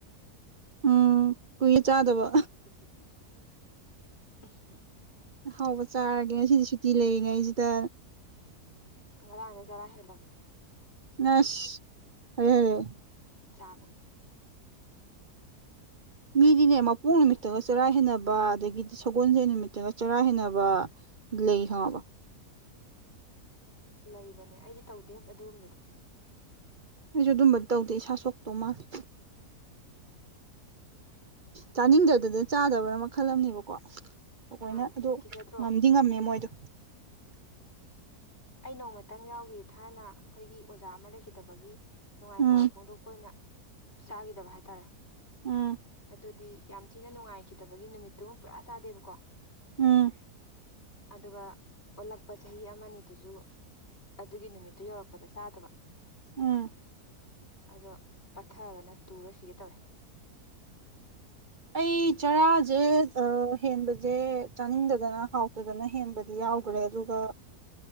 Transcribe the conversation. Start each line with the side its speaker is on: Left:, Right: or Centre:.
Right: ꯎꯝ ꯀꯨꯏꯔ ꯆꯥꯗꯕ
Left: ꯎ
Right: ꯍꯥꯎꯕ ꯆꯥꯔꯒꯦ ꯉꯁꯤꯗꯤ ꯁꯨꯇꯤ ꯂꯩꯔꯤꯉꯩꯁꯤꯗ
Left: ꯉꯔꯥꯡꯅꯦ ꯆꯔꯥ ꯍꯦꯜꯂꯕꯅꯦ
Right: ꯅꯁ ꯑꯔꯦ ꯍꯔꯦ
Left: ꯆꯥꯅꯣ
Right: ꯃꯤꯗꯤꯅꯦ ꯃꯄꯣꯛ
Left: ꯅꯪ
Right: ꯅꯨꯃꯤꯠꯇꯒ ꯆꯔꯥ ꯍꯦꯟꯅꯕ ꯑꯗꯒꯤꯗꯤ ꯁꯒꯣꯜꯁꯦ ꯅꯨꯃꯤꯠꯇꯒ ꯆꯔꯥ ꯍꯦꯟꯅꯕ ꯂꯩ ꯈꯪꯉꯕ
Left: ꯂꯩꯕꯅꯦ ꯑꯩꯗꯤ ꯇꯧꯗꯦ ꯑꯗꯨꯒꯨꯝꯕꯗꯤ
Right: ꯑꯩꯁꯨ ꯑꯗꯨꯝꯕ ꯇꯧꯗꯦ ꯏꯁꯥ ꯁꯣꯛꯇꯧ ꯃꯥꯜꯂꯦ ꯆꯥꯅꯤꯡꯗꯗꯅ ꯆꯥꯗꯕꯅ
Left: ꯀꯤ
Right: ꯃꯈꯜ ꯑꯃꯅꯦꯕꯀꯣ ꯑꯩꯈꯣꯏꯅ
Left: ꯃꯥꯅꯦ
Right: ꯑꯗꯨ
Left: ꯀꯤꯖꯗ꯭ꯔꯣ
Right: ꯉꯝꯗꯤ ꯉꯝꯃꯦ ꯃꯣꯏꯗꯣ
Left: ꯑꯩ ꯅꯣꯡꯃꯇꯪ ꯌꯥꯎꯈꯤ ꯊꯥꯏꯅ ꯑꯩꯈꯣꯏꯒꯤ ꯑꯣꯖꯥ ꯑꯃ ꯂꯩꯈꯤꯗꯕꯒꯤ ꯅꯨꯡꯉꯥꯏꯇꯕ
Right: ꯎꯝ
Left: ꯐꯣꯡꯗꯣꯛꯄ ꯑꯣꯏꯅ ꯆꯥꯈꯤꯗꯕ ꯍꯥꯏꯇꯥꯔꯦ
Right: ꯎꯝ
Left: ꯑꯗꯨꯗꯤ ꯌꯥꯝ ꯊꯤꯅ ꯅꯨꯡꯉꯥꯏꯈꯤꯗꯕꯒꯤ ꯅꯨꯃꯤꯠꯇꯨ ꯑꯃꯨ ꯄꯨꯔꯥ ꯆꯥꯗꯦꯕꯀꯣ
Right: ꯎꯝ
Left: ꯑꯗꯨꯒ ꯑꯣꯜꯂꯛꯄ ꯆꯍꯤ ꯑꯃꯅꯤ ꯑꯗꯨ ꯑꯗꯨꯒꯤ ꯅꯨꯃꯤꯠꯇꯨ ꯌꯧꯔꯛꯄꯗ ꯆꯥꯗꯕ
Right: ꯎꯝ
Left: ꯑꯗꯣ ꯄꯠꯊꯗꯅ ꯇꯨꯔꯁꯤꯒꯦ ꯇꯧꯋꯦ
Right: ꯑꯩ ꯆꯔꯥꯁꯦ ꯍꯦꯟꯕꯁꯦ ꯆꯥꯅꯤꯡꯗꯗꯅ ꯍꯥꯎ ꯑꯗꯨꯗꯅ ꯍꯦꯟꯕꯗꯤ ꯌꯥꯎꯈ꯭ꯔꯦ ꯑꯗꯨꯒ